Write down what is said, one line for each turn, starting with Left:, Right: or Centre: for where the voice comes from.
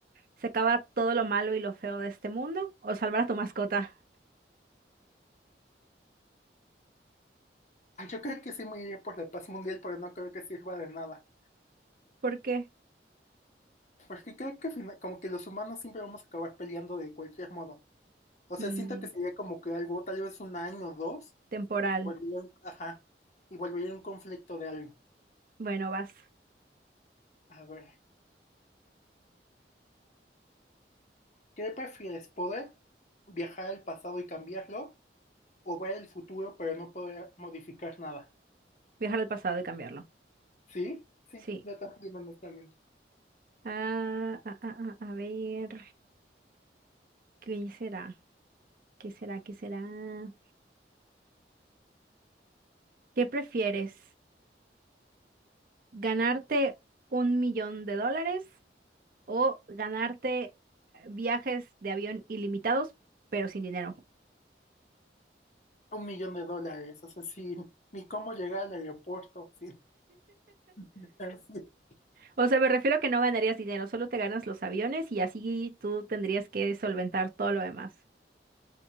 Right: se acaba todo lo malo y lo feo de este mundo, o salvar a tu mascota.
Left: Ah, Yo creo que sí me iría por la paz mundial, pero no creo que sirva de nada.
Right: ¿Por qué?
Left: Porque creo que al final- como que los humanos siempre vamos a acabar peleando de cualquier modo. O sea,
Right: Mm,
Left: siento que sería como que algo, tal vez un año o dos,
Right: temporal.
Left: y volvería un- ajá, y volvería un conflicto de algo.
Right: Bueno, vas.
Left: A ver, ¿qué prefieres? ¿Poder viajar al pasado y cambiarlo? ¿O ver el futuro pero no poder modificar nada?
Right: Viajar al pasado y cambiarlo.
Left: ¿Sí? Sí,
Right: Sí.
Left: yo también, honestamente.
Right: Ah, ah, ah, ah, a ver, ¿qué será? ¿Qué será? ¿Qué será? ¿Qué prefieres? ¿Ganarte un millón de dólares o ganarte viajes de avión ilimitados, pero sin dinero?
Left: Un millón de dólares, o sea, sin ni cómo llegar al aeropuerto, sin... <laughs>
Right: O sea, me refiero a que no ganarías dinero, solo te ganas los aviones y así tú tendrías que solventar todo lo demás.